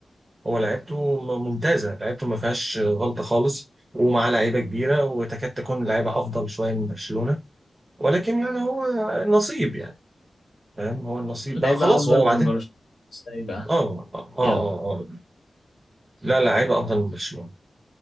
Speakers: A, on the right; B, on the left.
A: هو لعيبته م- ممتازة لعيبته ما فيهاش غلطة خالص ومعاه لعيبة كبيرة وتكاد تكون لعيبة أفضل شوية من برشلونة ولكن يعني هو النصيب يعني فاهم هو النصيب
B: لعيبة
A: بقى خلاص
B: أفضل
A: هو بعدين
B: من برشلونة ازاي بقى؟
A: اه اه اه
B: يلا
A: اه لا لا لعيبه افضل من برشلونه